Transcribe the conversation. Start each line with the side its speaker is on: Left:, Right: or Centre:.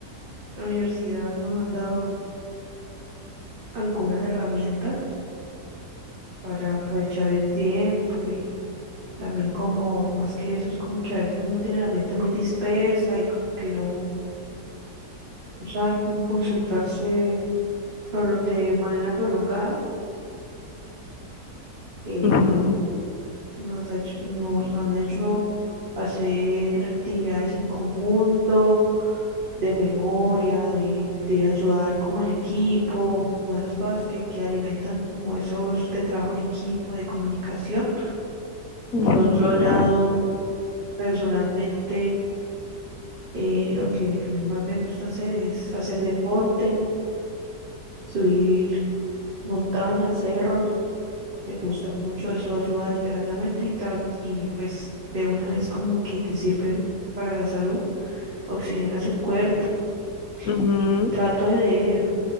Right: la universidad nos han dado algunas herramientas para aprovechar el tiempo y también como, más que eso, es como que a veces uno tiene la mente muy dispersa y como que no, no sabe cómo concentrarse prolo- de manera prolongada. eh,
Left: Ujú.
Right: nos, ayu- nos han hecho hacer actividades en conjunto, de memoria, de, de ayudar como en equipo, como esas cosas que, que alimentan como esos de trabajo en equipo, de comunicación.
Left: Ujú,
Right: Por otro lado, personalmente, eh, lo que a mí más me gusta hacer es hacer deporte, subir montañas, cerros. Me gusta mucho, eso ayuda a despejar la mente y, tal, y pues de una vez como que te sirve para la salud, oxigenas el cuerpo
Left: ujú.
Right: y trato de leer,